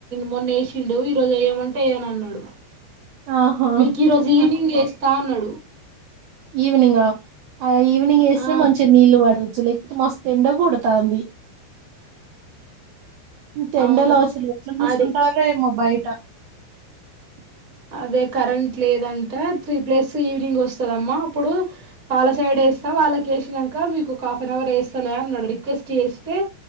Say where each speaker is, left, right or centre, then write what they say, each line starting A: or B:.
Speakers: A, on the right; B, on the right.
A: మొష తిండు ఈ రోజు అయ్యమంటే అని అన్నాడు
B: ఆహా
A: మీకు రోజు ఈవినింగ్ స్నడు
B: ఈవనింగ్ ఆ ఈవినింగ్ వేసినా
A: ఆ
B: మంచిగా నీళ్ళు పడవచ్చు అసలు లే ఎక్కుపోతే మస్తు ఎండ కొడతుంది తేండలో
A: అవును
B: అసలు ఎట్లా చూస్తుంటారో‌
A: అడి
B: ఎమాో బయట కుట్ట
A: అదే కరెంట్ లేదంట త్రీ ప్లస్ ఈవినింగ్ వస్తుందమ్మా అప్పుడు వాళ్ళ సైడ్ వేస్తా వాళ్ళక వేసినాక మీకు ఒక హాఫ్ అన్ అవర్ వేస్తలే అన్నాడు రిక్వెస్ట్ చేస్తే